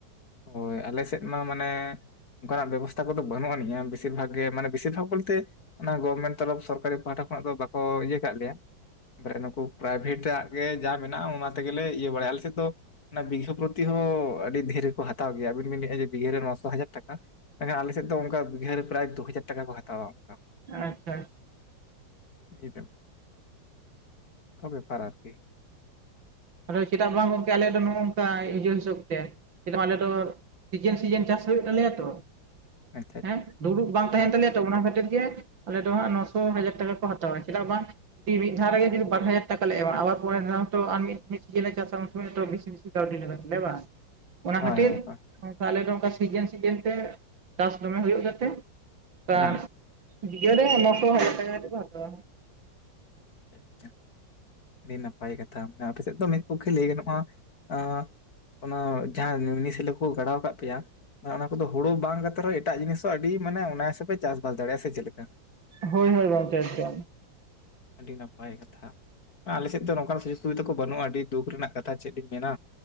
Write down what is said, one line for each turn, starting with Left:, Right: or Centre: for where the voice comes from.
Left: ᱦᱳᱭ ᱟᱞᱮ ᱥᱮᱫ ᱢᱟ ᱢᱟᱱᱮ ᱚᱱᱠᱟᱱᱟᱜ ᱵᱮᱵᱚᱥᱛᱷᱟ ᱠᱚᱫᱚ ᱵᱟᱹᱱᱩᱜ ᱟᱹᱱᱤᱧ-ᱟ᱾ ᱵᱮᱥᱤᱨ ᱵᱷᱟᱜ ᱜᱮ ᱢᱟᱱᱮ ᱵᱮᱥᱤᱨ ᱵᱷᱟᱜᱽ ᱵᱚᱞᱛᱮ ᱚᱱᱟ ᱜᱚᱵᱷᱢᱮᱱᱴ ᱛᱚᱨᱚᱯᱷ ᱥᱚᱨᱠᱟᱨᱤ ᱯᱟᱦᱴᱟ ᱠᱷᱚᱱᱟᱜ ᱫᱚ ᱵᱟᱠᱚ ᱤᱭᱟᱹ ᱠᱟᱫ ᱞᱮᱭᱟ᱾ ᱵᱚᱨᱮᱜᱮ ᱱᱩᱠᱩ ᱯᱨᱟᱭᱵᱷᱮᱴᱟᱜ ᱜᱮ ᱠᱚ ᱡᱟ ᱢᱮᱱᱟᱜ-ᱟ ᱚᱱᱟ ᱛᱮᱜᱮᱞᱮ ᱤᱭᱟᱹ ᱵᱟᱲᱟᱭᱟ᱾ ᱟᱞᱮ ᱥᱮᱫ ᱛᱮᱫᱚ ᱚᱱᱟ ᱵᱤᱜᱷᱟᱹ ᱯᱨᱚᱛᱤ ᱦᱚᱸ ᱟᱹᱰᱤ ᱰᱷᱮᱨ ᱜᱮᱠᱚ ᱦᱟᱛᱟᱣ ᱜᱮᱭᱟ ᱟᱵᱤᱱ ᱵᱤᱱ ᱞᱟᱹᱭᱮᱜ-ᱟ ᱵᱤᱜᱷᱟᱹ ᱨᱮ ᱱᱚᱥᱚ ᱦᱟᱡᱟᱨ ᱴᱟᱠᱟ᱾ ᱮᱱᱠᱷᱟᱱ ᱟᱞᱮᱥᱮᱫ ᱫᱚ ᱚᱱᱠᱟ ᱵᱤᱜᱷᱟᱹᱨ ᱨᱮ ᱯᱨᱟᱭ ᱫᱩ ᱦᱟᱡᱟᱨ ᱴᱟᱠᱟ ᱠᱚ ᱦᱟᱛᱟᱣᱟ ᱚᱱᱠᱟ᱾
Right: ᱟᱪᱪᱷᱟ ᱟᱪᱪᱷᱟ᱾
Left: <unintelligible> ᱟᱱᱠᱟ ᱵᱮᱯᱟᱨ ᱟᱨᱠᱤ᱾
Right: ᱟᱫᱚ ᱪᱮᱫᱟᱜ ᱵᱟᱝ ᱜᱚᱝᱠᱮ ᱟᱞᱮᱭᱟᱜ ᱫᱚ ᱱᱚ-ᱚᱝᱠᱟ ᱤᱡᱟ ᱦᱤᱥᱟᱹᱵ ᱛᱮ᱾ ᱪᱮᱫᱟᱢ ᱟᱞᱮ ᱫᱚ ᱥᱤᱡᱮᱱ ᱥᱤᱡᱮᱱ ᱪᱟᱥ ᱦᱩᱭᱩᱜ ᱛᱟᱞᱮᱭᱟ ᱛᱚ᱾
Left: ᱟᱪᱪᱷᱟ ᱟᱪᱪᱷᱟ
Right: ᱦᱮᱸ ᱫᱩᱲᱩᱵ ᱵᱟᱝ ᱛᱟᱦᱮᱱ
Left: ᱦᱮᱸ
Right: ᱛᱟᱞᱮᱭᱟ᱾ ᱛᱚ ᱚᱱᱟ ᱠᱷᱟᱹᱛᱤᱨ ᱜᱮ ᱟᱞᱮ ᱫᱚ ᱦᱟᱸᱜ ᱱᱚᱥᱚ ᱦᱟᱡᱟᱨ ᱴᱟᱠᱟ ᱠᱚ ᱦᱟᱛᱟᱣᱟ᱾ ᱪᱮᱫᱟᱜ ᱵᱟᱝ ᱫᱤ ᱢᱤᱫ ᱫᱷᱟᱣ ᱨᱮᱜᱮ ᱡᱚᱫᱤ ᱵᱟᱨ ᱦᱟᱡᱟᱨ ᱴᱟᱠᱟ ᱞᱮ ᱮᱢᱟ ᱟᱵᱟᱨ ᱯᱚᱨᱮᱨ ᱫᱷᱟᱣ ᱦᱚᱸᱛᱚ ᱟᱨ ᱢᱤᱫ ᱢᱤᱫ ᱥᱤᱡᱤᱱ ᱞᱮ ᱪᱟᱥᱟ ᱩᱱ ᱥᱚᱢᱚᱡ ᱦᱚᱛᱚ ᱵᱮᱥᱤ ᱵᱮᱥᱤ ᱠᱟᱹᱣᱰᱤ ᱛᱟᱞᱮᱭᱟ ᱵᱟᱝ᱾ ᱚᱱᱟ
Left: ᱦᱳᱭ
Right: ᱠᱷᱟᱹᱛᱤᱨ
Left: ᱦᱳᱭ ᱦᱳᱭ
Right: ᱚᱱᱠᱟ ᱟᱞᱮ ᱫᱚ ᱚᱱᱠᱟ ᱥᱤᱡᱮᱱ ᱥᱤᱡᱮᱱ ᱛᱮ ᱪᱟᱥ ᱫᱚᱢᱮ ᱦᱩᱭᱩᱜ ᱜᱮᱛᱮ ᱚᱱᱠᱟ
Left: ᱦᱩᱸ
Right: ᱵᱤᱜᱟ ᱨᱮ ᱱᱚᱥᱚ ᱦᱟᱡᱟᱨ ᱴᱟᱠᱟ ᱠᱟᱛᱮᱫ ᱠᱚ ᱦᱟᱛᱟᱣᱟ᱾
Left: ᱟᱪᱪᱷᱟ᱾ ᱟᱹᱰᱤ ᱱᱟᱯᱟᱭ ᱠᱟᱛᱷᱟ ᱢᱟᱱᱮ ᱟᱯᱮ ᱥᱮᱫ ᱫᱚ ᱢᱤᱫ ᱯᱚᱠᱠᱷᱮ ᱞᱟᱹᱭ ᱜᱟᱱᱚᱜ-ᱟ ᱟᱸ ᱚᱱᱟ ᱡᱟᱦᱟᱸ ᱢᱤᱱᱤ ᱥᱤᱞᱳ ᱠᱚ ᱜᱟᱰᱟᱣ ᱟᱠᱟᱫ ᱯᱮᱭᱟ, ᱢᱟᱱᱮ ᱚᱱᱟ ᱠᱚᱫᱚ ᱦᱩᱲᱳ ᱵᱟᱝ ᱠᱟᱛᱮ ᱨᱮᱦᱚᱸ ᱮᱴᱟᱜ ᱡᱤᱱᱤᱥ ᱛᱚ ᱟᱹᱰᱤ ᱢᱟᱱᱮ ᱚᱱᱟᱭᱮᱥᱮ ᱯᱮ ᱪᱟᱥ ᱵᱟᱥ ᱫᱟᱲᱮᱭᱟᱜᱼᱟ, ᱥᱮ ᱪᱮᱫ ᱞᱮᱠᱟ?
Right: ᱦᱳᱭ ᱦᱳᱭ ᱜᱚᱢᱠᱮ ᱮᱠᱫᱚᱢ᱾
Left: ᱟᱹᱰᱤ ᱱᱟᱯᱟᱭ ᱠᱟᱛᱷᱟ᱾ ᱟᱞᱮᱥᱮᱫ ᱫᱚ ᱱᱚᱝᱠᱟ ᱥᱩᱡᱳᱜᱽ ᱥᱩᱵᱤᱛᱟ ᱠᱚ ᱵᱟᱱᱩᱜ-ᱟ, ᱟᱹᱰᱤ ᱫᱩᱠ ᱨᱮᱱᱟᱜ ᱠᱟᱛᱷᱟ ᱪᱮᱫ ᱞᱤᱧ ᱢᱮᱱᱟ᱾